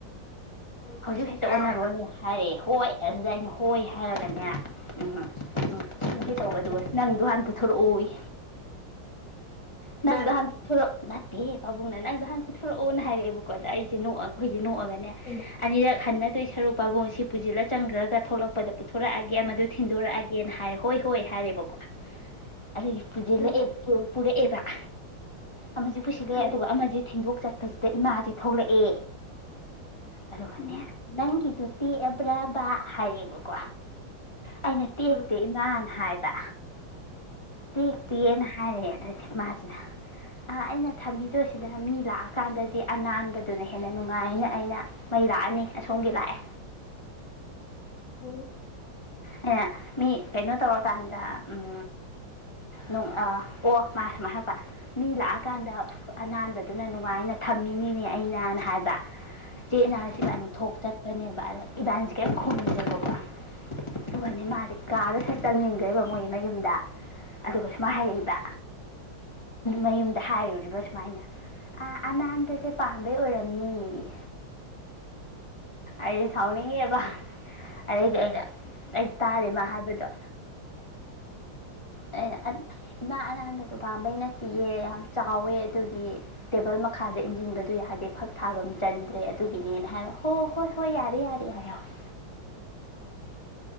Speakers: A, on the left; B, on the left.
A: ꯎꯝ
B: ꯍꯧꯖꯤꯛ ꯍꯦꯛꯇ
A: ꯍꯔꯥꯎꯋꯦ
B: ꯑꯣꯟꯅꯔꯨꯔꯅꯦ ꯍꯥꯏꯔꯦ ꯍꯣꯏ ꯑꯗꯨꯗ ꯑꯩꯅꯣ ꯍꯣꯏ ꯍꯥꯏꯔꯒꯅꯦ ꯎꯝ꯫ ꯎꯝ ꯊꯪꯒꯦ
A: ꯎꯝ
B: ꯇꯧꯋꯦ ꯑꯗꯨꯒ ꯅꯪꯗꯣ ꯍꯥꯟꯅ ꯄꯨꯊꯣꯔꯛꯎ ꯅꯪꯗꯣ
A: ꯏꯃꯥꯅ
B: ꯍꯟꯇ ꯊꯨꯔꯣ ꯅ ꯗꯦ ꯄꯥꯕꯨꯡꯅ ꯅꯪꯗ ꯅꯍꯥꯟ ꯄꯤꯊꯣꯔꯛꯑꯣꯅ ꯍꯥꯏꯔꯛꯑꯦꯕꯀꯣ ꯑꯗ ꯑꯩꯁꯦ ꯅꯣꯛꯑꯒ ꯅꯣꯛꯑꯒꯅꯦ
A: ꯍꯩꯃꯥ
B: ꯑꯅꯤꯔꯛ ꯍꯟꯅꯗꯣꯏꯁ ꯄꯥꯕꯨꯡꯁꯤ ꯄꯨꯁꯤꯜꯂ ꯆꯪꯈ꯭ꯔꯒ ꯊꯣꯛꯂꯛꯄꯗ ꯄꯨꯊꯣꯔꯛꯑꯒ ꯑꯦ ꯑꯃꯗꯨ ꯊꯤꯟꯗꯣꯔꯛꯑꯒꯦꯅ ꯍꯥꯏ ꯍꯣꯏ ꯍꯣꯏ ꯍꯥꯏꯔꯦꯕꯀꯣ꯫ ꯑꯩ ꯄꯨꯖꯤꯜꯂꯛꯑꯦ
A: ꯎꯝ
B: ꯄ꯭ꯔꯣ꯫ ꯄꯨꯔꯦ ꯑꯦꯕꯥꯛ ꯑꯃꯁꯨ ꯄꯨꯁꯤꯜꯂꯛꯦ
A: ꯎꯝ
B: ꯑꯗꯨꯒ ꯑꯃꯁꯨ ꯊꯤꯟꯗꯣꯛ ꯆꯠꯄꯁꯤꯗ ꯏꯃꯥꯁꯦ ꯊꯣꯛꯂꯛꯑꯦ꯫ ꯑꯗꯨꯒꯅꯦ
A: ꯎꯝ
B: ꯅꯪꯒꯤ꯫ ꯇꯣꯇꯤ ꯑꯦꯕ꯭ꯔꯕꯥ ꯍꯥꯏꯌꯦꯕꯀꯣ꯫ ꯑꯩꯅ ꯇꯦꯛꯇꯦ
A: ꯎꯝ
B: ꯏꯃꯥꯅ ꯍꯥꯏꯔ ꯆꯥꯛ꯫ ꯇꯤ ꯇ ꯌꯦꯟ ꯍꯥꯏꯔꯦꯗ ꯃꯥꯁꯤꯅ ꯑ ꯑꯩꯅ ꯊꯝꯕꯤꯗꯣꯏꯁꯤꯅ ꯃꯤ ꯂꯥꯛꯑꯀꯥꯟꯗꯗꯤ ꯑꯅꯥꯟꯕꯗꯨꯅ ꯍꯦꯟꯅ꯫ ꯅꯨꯡꯉꯥꯏꯅ ꯑꯌꯥ ꯃꯩ ꯂꯥꯛꯑꯅꯤ ꯑꯁꯣꯝꯒꯤ ꯂꯥꯛꯑꯦ꯫
A: ꯑꯣ꯫
B: ꯑꯩꯅ ꯃꯤ ꯀꯩꯅꯣ ꯇꯧꯔꯀꯥꯟꯗ ꯎꯝ ꯅꯣꯡ ꯑꯥ ꯑꯣ ꯃꯥ ꯁꯨꯃꯥꯏꯅ ꯍꯥꯏꯔꯛꯄ ꯃꯤ ꯂꯥꯛꯑꯀꯥꯟꯗ ꯑꯅꯥꯟꯕꯗꯨꯅ ꯅꯨꯡꯉꯥꯏꯅ ꯊꯝꯃꯤꯅꯤꯅꯦ ꯑꯩꯅꯅ ꯍꯥꯏꯕ ꯆꯦꯠꯅ ꯏꯕꯥꯟꯅꯤ ꯊꯣꯛ ꯆꯠꯄꯅꯦ ꯚꯥꯔꯠ꯫ ꯏꯕꯥꯅꯤꯁꯦ ꯀꯦꯝ ꯈꯨꯝꯗ꯭ꯔꯦꯕꯀꯣ꯫ ꯃ ꯃꯥꯔꯦ ꯀꯥꯗ ꯁꯠꯇꯪꯅꯤ ꯐꯖꯔꯤꯕ ꯃꯣꯏ ꯃꯌꯨꯝꯗ ꯑꯗꯨꯒ ꯃꯥ ꯍꯥꯏꯔꯛꯏꯕ ꯃꯌꯨꯝꯗ ꯍꯥꯏꯔꯨꯔꯤꯕ ꯁꯨꯃꯥꯏꯅ ꯑ ꯑꯅꯥꯟꯕꯁꯦ ꯄꯥꯝꯕꯩ ꯑꯣꯏꯔꯝꯅꯤ ꯑꯩꯗꯤ ꯁꯥꯎꯅꯤꯡꯉꯦꯕ ꯑꯗꯩꯗꯤ ꯑꯩꯅ ꯑꯩ ꯇꯥꯔꯦ ꯃꯥ ꯍꯥꯏꯕꯗꯣ ꯑꯩꯅ ꯏꯃꯥ ꯑꯅꯥꯟꯕꯗꯨ ꯄꯥꯝꯕꯩ ꯅꯠꯇꯤꯌꯦ ꯌꯥꯝ ꯆꯥꯎꯋꯦ ꯑꯗꯨꯒꯤ ꯇꯦꯕꯜ ꯃꯈꯥꯗ ꯏꯟꯁꯤꯟꯕꯗꯨ ꯌꯥꯗꯦ ꯐꯛ ꯊꯥꯐꯝ ꯆꯟꯗ꯭ꯔꯦ ꯑꯗꯨꯒꯤꯅꯦꯅ ꯍꯥꯏꯕ ꯍꯣ ꯍꯣꯏ ꯍꯣꯏ ꯌꯥꯔꯦ ꯌꯥꯔꯦ ꯍꯥꯏꯍꯧꯋꯦ